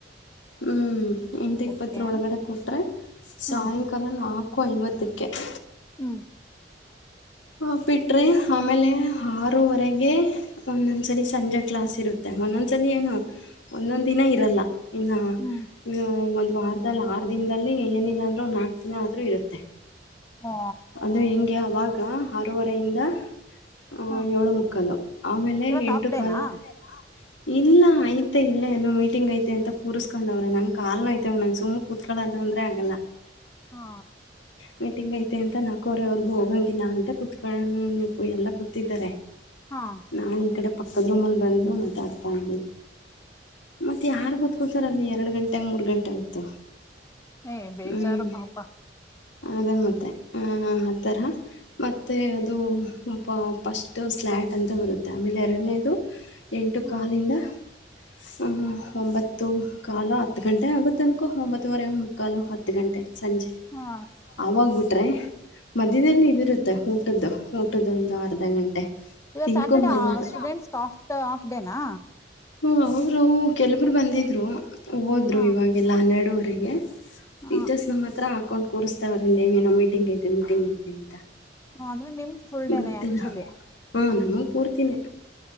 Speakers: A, on the left; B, on the left.
A: ಹ್ಮ್ ಎಂಟು ಇಪ್ಪತ್ತರೊಳಗಡೆ
B: ಓಕೆ
A: ಕೊಟ್ರೆ ಸಾಯಂಕ.
B: ಹ್ಮ್
A: <inaudible> ಕಾಲನು ನಾಲ್ಕು ಐವತ್ತಕ್ಕೆ. <inaudible>
B: ಹ್ಮ್. <inaudible>
A: ಆ ಬಿಟ್ಟರೆ ಆಮೇಲೆ ಆರೂವರೆಗೆ. <inaudible> ಒಂದೊಂದ್ಸರಿ ಸಂಜೆ ಕ್ಲಾಸ್ ಇರುತ್ತೆ ಒಂದೊಂದ್ಸರಿ ಏನು? <inaudible> ಒಂದೊಂದು ದಿನ ಇರಲ್ಲ ಇನ್ನು? <inaudible>
B: ಹ್ಮ್
A: ಒಂದು ವಾರದಲ್ಲಿ ಆರು ದಿನದಲ್ಲಿ ಏನಿಲ್ಲ ಅಂದರೂ ಒಂದು ನಾಲ್ಕು ದಿನ ಆದರೂ ಇರುತ್ತೆ. <inaudible>
B: ಹಾ
A: ಅದು ಹಿಂಗೆ ಅವಾಗ ಆರೂವರೆಯಿಂದ ಅವ
B: ಹ
A: ಏಳು ಮುಕ್ಕಾಲು ಆಮೇಲೆ
B: ಇವತ್
A: ಎಂಟು
B: ಹಾಫ್ ಡೇನಾ
A: ಕಾಲ ಆದ್ರೆ ಇಲ್ಲ ಐತೆ ಇನ್ನ ಏನೋ ಮೀಟಿಂಗ್ ಐತೆ ಅಂತ ಕೂರ್ಸ್ಕೊಂಡವ್ರ ನನ್ನ ಕಾಲ ನೋಯತವ ನಂಗ ಸುಮ್ ಕೂ ಕಳೋದು ಅಂದ್ರೆ ಆಗಲ್ಲ.
B: ಹಾ
A: ಮೀಟಿಂಗ ಐ ಮ ಅಂತ ನಾಕೋವರೆವರ್ಗು ಹೋಗಂಗಿಲ್ಲ ಅಂತ ಕೂತ್ಕೊಂಡ ಎಲ್ಲಾ ಕೂತಿದ್ದಾರೆ.
B: ಹಾ
A: ನಾನ ಈ ಕಡೆ ಪಕ್ಕದ ರೂಮಲ್ಲಿ ಬಂದು ಮಾತಾಡ್ತಾ ಇದ್ದೀನಿ. ಮತ್ತ ಯಾರ್ ಕುತ್ಕೊತಾರ ಅಲ್ಲಿ ಎರಡ ಗಂಟೆ ಮೂರ್ ಗಂಟೆ ಹೊತ್ತು.
B: ಏ ಬೇಜಾರು
A: ಹ್ಮ
B: ಪಾಪ
A: ಅದೇ ಮತ್ತೆ ಹ ಆತ್ತರ ಮತ್ತೆ ಅದು ಪ ಫಸ್ಟ್ ಸ್ಲ್ಯಾಟ್ ಅಂತ ಬರುತ್ತೆ ಆಮೇಲ ಎರಡನೇದು. ಎಂಟು
B: ಹ್ಮ
A: ಕಾಲಿಂದ ಹ್ಮ ಒಂಬತ್ತು ಕಾಲ ಹತ್ತು ಗಂಟೆ ಆಗುತ್ತೆ ಅನ್ಕು ಒಂಬತ್ತುವರೆ ಕಾಲು ಹತ್ತ ಗಂಟೆ ಸಂಜೆ.
B: ಹಾ
A: ಆವಾಗಬಿಟ್ರೆ ಮಧ್ಯ್ಯದಲ್ಲಿ ಇದಿರುತ್ತೆ ಊಟದ್ದು. ಊಟದೊಂದ ಅರ್ಧ ಗಂಟೆ.
B: ಇವತ್ತ
A: ತಿನ್ಕೊಂಬರ್ಬೋದು
B: ಸ್ಯಾಟರ್ಡೇ ಸ್ಟೂಡೆಂಟ್ಸ್ ಆಫ ಆಫ್ಡೇನಾ.
A: ಹ್ಮ ಅವರು ಕೆಲವರು ಬಂದಿದ್ರು ಹೋದ್ರು
B: ಹ
A: ಇವಾಗೆಲ್ಲ ಹನ್ನೆರಡೂವರೆಗೆ
B: ಹ
A: ಟೀಚರ್ಸನ ಮಾತ್ರ ಹಾಕೊಂದ ಕೂರಿಸ್ತಾವ್ರ ಇಲ್ಲಿೇವೇನೋ ಮೀಟಿಂಗ್ ಐತೆ ಮೀಟಿಂಗ್ ಐತೆ ಅಂತ.
B: ಆದ್ರೆ ನಿಮ್ ಫುಲ್ ಡೇನೆ
A: ಗೊತ್ತಿಲ್ಲ.
B: ಆಕ್ಚುಲಿ
A: ಹಾ ಹಾ ಪೂರ್ತಿನೇ